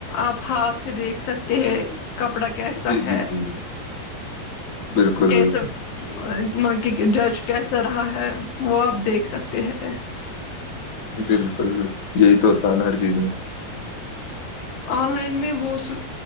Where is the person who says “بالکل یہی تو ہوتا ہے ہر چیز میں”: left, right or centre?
Left